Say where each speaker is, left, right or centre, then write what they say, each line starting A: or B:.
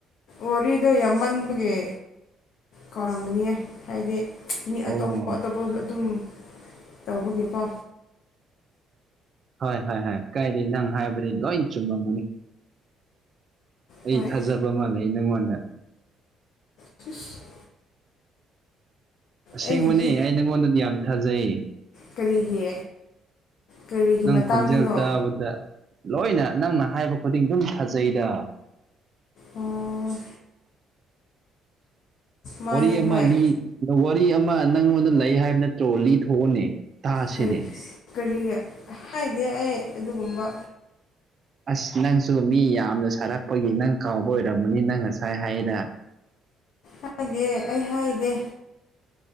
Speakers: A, on the left; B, on the right.
A: ꯋꯥꯔꯤꯗꯣ ꯌꯥꯝꯃꯟꯕꯒꯤ ꯀꯥꯎꯔꯝꯒꯅꯤꯌꯦ ꯍꯥꯏꯗꯤ ꯃꯤ ꯑꯇꯣꯞꯄ
B: ꯑꯣ
A: ꯑꯇꯣꯞꯄꯁꯨ ꯑꯗꯨꯝ ꯇꯧꯕꯒꯤꯀꯣ
B: ꯍꯣꯏ - ꯍꯣꯏ -ꯍꯣꯏ ꯀꯥꯏꯗ ꯅꯪ ꯍꯥꯏꯕꯗꯤ ꯂꯣꯏ ꯆꯨꯝꯃꯝꯃꯅꯤ ꯑꯩ
A: ꯍꯣꯏ
B: ꯊꯥꯖꯕ ꯃꯥ ꯂꯩ ꯅꯪꯉꯣꯟꯗ
A: ꯐꯁ <unintelligible>
B: ꯑꯁꯦꯡꯕꯅꯦ
A: ꯑꯩꯒꯤꯗꯤ
B: ꯑꯩ ꯅꯉꯣꯟꯗꯗꯤ ꯌꯥꯝ ꯊꯥꯖꯩ
A: ꯀꯔꯤꯒꯤ ꯀꯔꯤꯒꯤ
B: ꯅꯪ
A: ꯃꯇꯥꯡꯗꯅꯣ
B: ꯈꯣꯟꯖꯦꯜ ꯇꯥꯕꯗ ꯂꯣꯏꯅ ꯅꯪꯅ ꯍꯥꯏꯕ ꯈꯨꯗꯤꯡ ꯑꯗꯨꯝ ꯊꯥꯖꯩꯗ
A: ꯑꯣ ꯃꯥꯅꯦ
B: ꯋꯥꯔꯤ ꯑꯃ
A: ꯍꯣꯏ
B: ꯂꯤ ꯋꯥꯔꯤ ꯑꯃ ꯅꯪꯉꯣꯟꯗ ꯂꯩ ꯍꯥꯏꯕ ꯅꯠꯇ꯭ꯔꯣ ꯂꯤꯊꯣꯛꯑꯣꯅꯦ ꯇꯥꯁꯤꯅꯦ
A: ꯀꯔꯤ ꯀꯔꯤ ꯍꯥꯏꯗꯦ ꯑꯩ ꯑꯗꯨꯒꯨꯝꯕ
B: ꯑꯁ ꯅꯪꯁꯨ ꯃꯤ ꯌꯥꯝꯅ ꯁꯥꯔꯛꯄꯒꯤ ꯅꯪ ꯀꯥꯎꯕ ꯑꯣꯏꯔꯝꯃꯅꯤ ꯅꯪ ꯉꯁꯥꯏ ꯍꯥꯏꯔ
A: ꯍꯥꯏꯗꯦ ꯑꯩ ꯍꯥꯏꯗꯦ